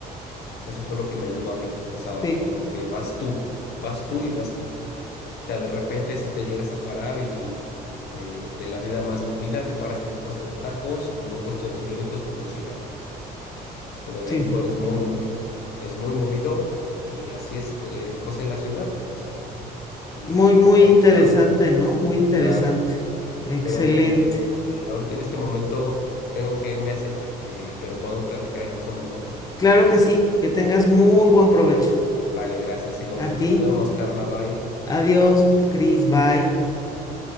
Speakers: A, on the left (about 70°); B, on the left (about 20°).
A: Eso fue lo que me ayudó a mí. O sea,
B: Sí,
A: como que vas tú, vas tú y vas tú. sea, de repente si te llegas a parar y eh, de la vida más movida, te paras en un puesto de tacos o en un puesto de periódicos por un cigarro, pero de
B: sí.
A: ahí en fuera es muy movido, es muy movido y así es co- eh, la cosa en la ciudad, o sea, y,
B: Muy, muy
A: y- y me ha
B: interesante,
A: gustado,
B: ¿no? Muy interesante.
A: claro, claro,
B: Excelente.
A: pero este, ahorita en este momento tengo que irme a cenar, eh, pero podemos platicar en otro momento.
B: Claro que sí, que tengas muy buen provecho.
A: Vale, gracias, igualmente.
B: A ti.
A: Nos vemos, Carla, bye.
B: Adiós, Cris, bye.
A: Bye.